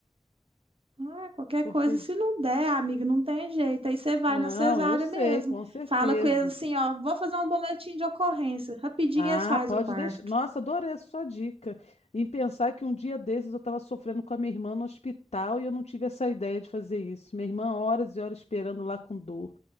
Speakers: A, on the right; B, on the left.
A: ah, qualquer
B: Porque.
A: coisa,
B: j-
A: se não der, amiga, não tem jeito. Aí você vai
B: Não,
A: na cesárea
B: eu sei,
A: mesmo.
B: com certeza.
A: Fala com eles assim, ó, vou fazer um boletim de ocorrência. Rapidinho
B: Ah,
A: eles fazem
B: pode
A: o parto.
B: deixar. Nossa, adorei a sua dica. Em pensar que um dia desses eu estava sofrendo com a minha irmã no hospital e eu não tive essa ideia de fazer isso. Minha irmã, horas e horas esperando lá com dor.